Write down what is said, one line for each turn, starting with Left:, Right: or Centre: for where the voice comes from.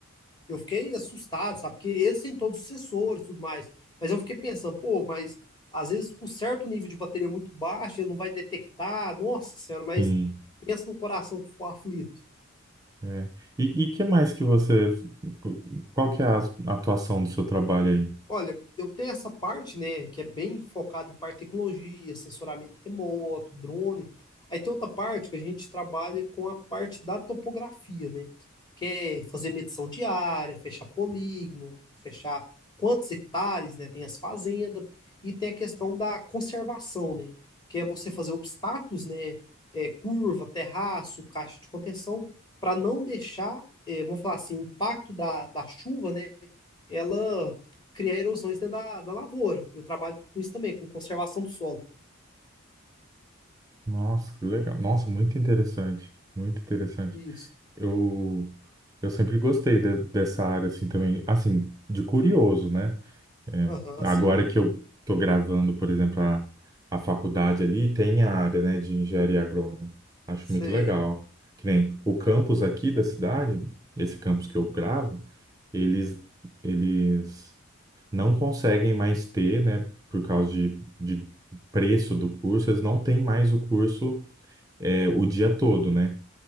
Left: Eu fiquei assustado, sabe? Porque eles têm todos os sensores e tudo mais. Mas eu fiquei pensando, pô, mas às vezes por certo nível de bateria é muito baixo, ele não vai detectar. Nossa senhora, mas
Right: Sim.
Left: pensa no coração que for aflito.
Right: É. E, e que mais que você. Qual que é a atuação do seu trabalho aí?
Left: Olha, eu tenho essa parte, né, que é bem focada em parte de tecnologia, sensoramento remoto, drone. Aí tem outra parte que a gente trabalha com a parte da topografia, né, que é fazer medição de área, fechar polígono, fechar quantos hectares, né, tem as fazendas, e tem a questão da conservação, né, que é você fazer obstáculos, né, é, curva, terraço, caixa de contenção, para não deixar, é, vamos falar assim, o impacto da, da chuva, né, ela cria erosões dentro da, da lavoura. Eu trabalho com isso também, com conservação do solo.
Right: Nossa, que legal. Nossa, muito interessante. Muito interessante.
Left: Isso.
Right: Eu, eu sempre gostei de- dessa área assim também, assim, de curioso, né? É,
Left: Aham,
Right: agora
Left: sim.
Right: que eu tô gravando, por exemplo, a, a faculdade ali, tem a área, né, de engenharia agrônoma. Acho
Left: Sei.
Right: muito legal. Que nem o campus aqui da cidade, esse campus que eu gravo, eles, eles não conseguem mais ter, né, por causa de, de preço do curso, eles não têm mais o curso é, o dia todo, né?